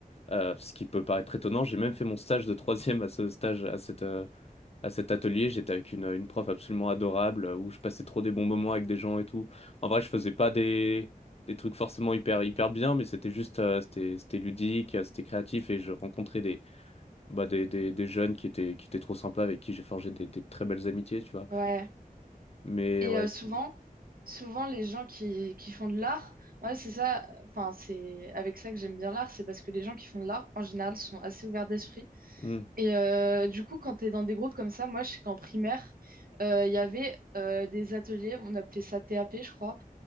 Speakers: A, on the left; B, on the right.
A: euh, ce qui peut paraître étonnant. J'ai même fait mon stage de troisième à ce stage, à cette, euh, à cet atelier, j'étais avec une, une prof absolument adorable euh, où je passais trop des bons moments avec des gens et tout. En vrai, je faisais pas des, des trucs forcément hyper, hyper bien, mais c'était juste, euh, c'était, c'était ludique, euh, c'était créatif et je rencontrais des, bah, des, des, des jeunes qui étaient, qui étaient trop sympas avec qui j'ai forgé des, des très belles amitiés, tu vois.
B: Ouais.
A: Mais
B: Et
A: ouais,
B: euh,
A: c'est-
B: souvent, souvent les gens qui, qui font de l'art, ouais, c'est ça, enfin, c'est avec ça que j'aime bien l'art, c'est parce que les gens qui font de l'art, en général, sont assez ouverts d'esprit.
A: Hmm.
B: Et euh, du coup, quand t'es dans des groupes comme ça, moi, je sais qu'en primaire, euh, il y avait euh, des ateliers, on appelait ça TAP, je crois,